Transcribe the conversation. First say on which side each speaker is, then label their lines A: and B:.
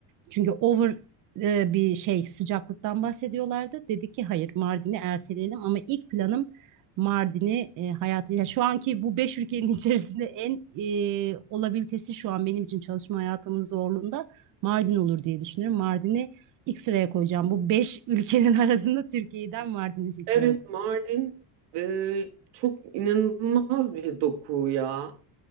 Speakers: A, on the right (about 45°); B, on the right (about 80°).
A: Çünkü over e, bir şey sıcaklıktan bahsediyorlardı. Dedik ki hayır Mardin'i erteleyelim ama ilk planım Mardin'i e, hayatı yani şu anki bu beş ülkenin <laughs> içerisinde en e, olabilitesi şu an benim için çalışma hayatımın zorluğunda Mardin olur diye düşünüyorum. Mardin'i ilk sıraya koyacağım. Bu beş ülkenin <laughs> arasında Türkiye'den Mardin'i seçiyorum.
B: Evet Mardin e, çok inanılmaz bir doku ya.